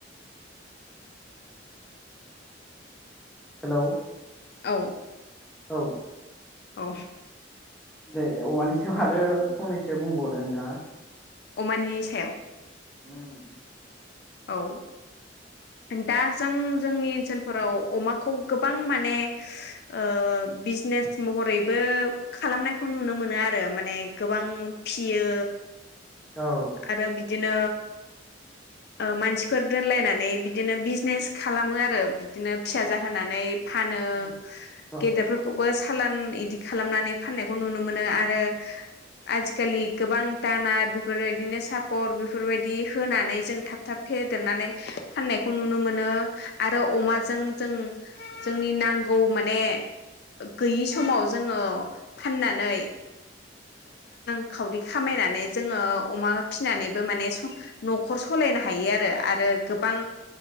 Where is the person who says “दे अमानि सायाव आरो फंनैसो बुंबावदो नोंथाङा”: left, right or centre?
Centre